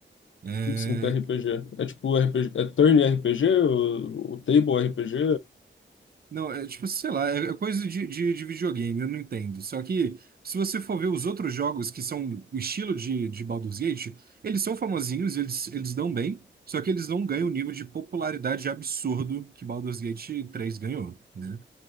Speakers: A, on the right; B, on the left.
A: É,
B: Assim, que é RPG. É tipo RPG. É turn RPG? O, o table RPG?
A: Não, é tipo, sei lá, é é coisa de, de, de videogame, eu não entendo. Só que, se você for ver os outros jogos que são o estilo de, de Baldur's Gate, eles são famosinhos, eles, eles dão bem, só que eles não ganham o nível de popularidade absurdo que Baldur's Gate 3 ganhou, né?